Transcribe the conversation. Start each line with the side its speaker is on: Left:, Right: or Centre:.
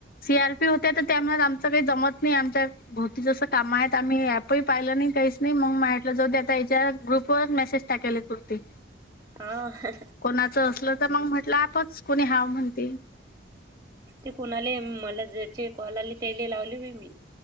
Left: सी आर पी होत्या तर त्यामुळे आमचं काही जमत मी आमतव भोवती जसं कामं आहेत आम्ही ऐप ही पाहिलं नाही काहीच नाही मग माटलं जाऊ ते आता याच्या ग्रुपवर मेसेज टाकेले. होती
Right: हा.
Left: कोणाचं असलं तर मग म्हटलं आपच कुणी हावं म्हणतील.
Right: ते कोणाले मला ज्याचे कॉल आले त्याले लावले व्हय मी.